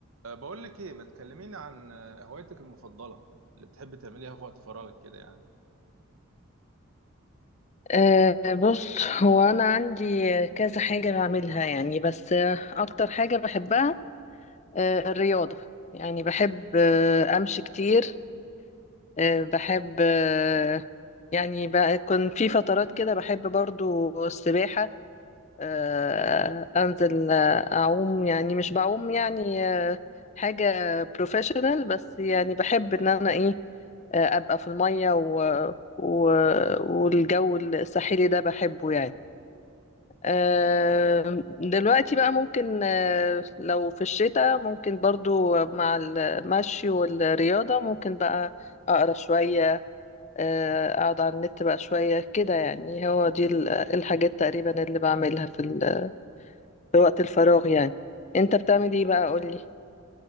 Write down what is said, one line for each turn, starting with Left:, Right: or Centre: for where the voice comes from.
Right: أه، بقول لك ايه ما تكلميني عن أه، هوايتك المفضله اللي بتحبي تعمليها في وقت فراغك كده يعني
Left: أه بص هو أنا عندي كذا حاجة بعملها يعني بس آه، أكتر حاجة بحبها أه الرياضة يعني بحب أه أمشي كتير أه بحب أه يعني بقى- كنت في فترات كده بحب برضو السباحة أه أنزل آه، أعوم يعني مش بعوم يعني أه حاجة بروفيشنال بس يعني بحب إن أنا إيه آه، أبقى في المية و... و... والجو الساحلي ده بحبه يعني آم، دلوقتي بقى ممكن آه، لو في الشتاء ممكن برضو مع المشي والرياضة ممكن بقى أقرأ شوية آه، أقعد على النت بقى شوية كده يعني هو دي ال- الحاجات تقريبا اللي بعملها في, ال- في وقت الفراغ يعني أنت بتعمل إيه بقى قولي